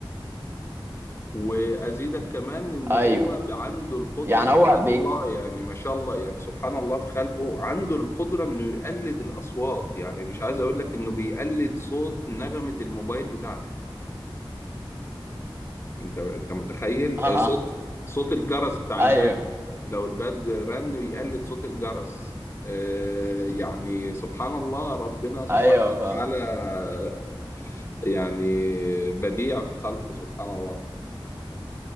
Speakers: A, on the left; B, on the right.
A: وأزيدك كمان إن
B: ايوه
A: هو ب- عنده القدرة
B: يعني
A: سبحان
B: هو بي
A: الله يعني ما شاء الله يعني سبحان الله في خلقه عنده القدرة إنه يقلد الأصوات يعني مش عايز أقول لك إنه بيقلد صوت نغمة الموبايل بتاعتي انت انت متخيل
B: <laughs> اه
A: آه، صوت صوت الجرس بتاع
B: ايوه
A: الباب لو الباب رن يقلد صوت الجرس آه، يعني سبحان الله ربنا سبحانه
B: ايوه
A: وتعالى
B: فاهم
A: آه، يعني بديع في خلقه سبحان الله